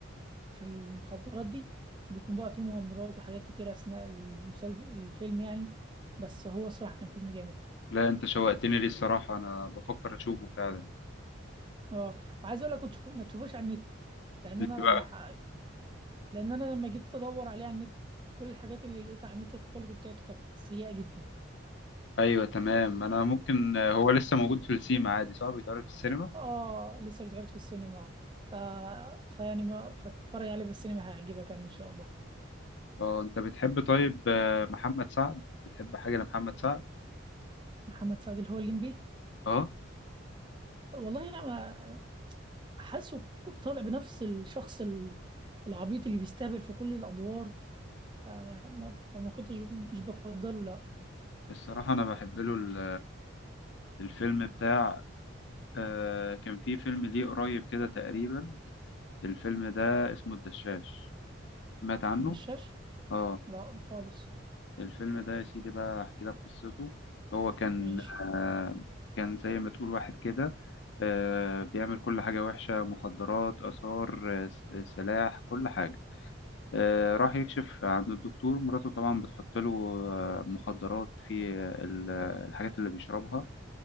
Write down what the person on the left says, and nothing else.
لا أنت شوقتني ليه الصراحة أنا بفكر أشوفه فعلا
ليه
بقى
ايوه تمام انا ممكن آه، هو لسه موجود في السينما عادي صح بيتعرض في السينما
اه انت بتحب طيب آه، محمد سعد بتحب حاجه لمحمد سعد
اه
الصراحه انا بحب له ال- الفيلم بتاع آه، كان في فيلم ليه قريب كده تقريبا الفيلم ده اسمه الدشاش سمعت عنه
اه
الفيلم ده يا سيدي بقى احكي لك قصته هو كان
آه، كان زي ما تقول واحد كده آه، بيعمل كل حاجة وحشة مخدرات آثار آه، س- سلاح كل حاجة آه، راح يكشف عند الدكتور مراته طبعا بتحط له آه، مخدرات في ال- الحاجات اللي بيشربها